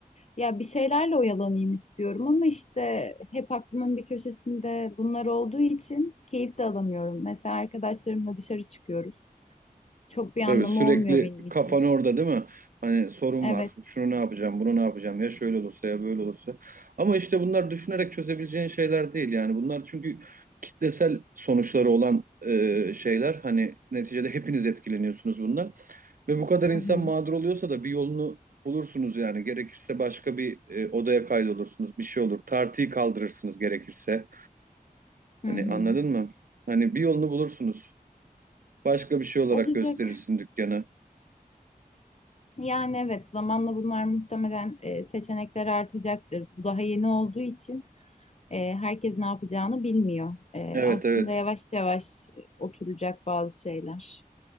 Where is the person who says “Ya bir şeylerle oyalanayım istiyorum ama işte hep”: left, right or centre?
Left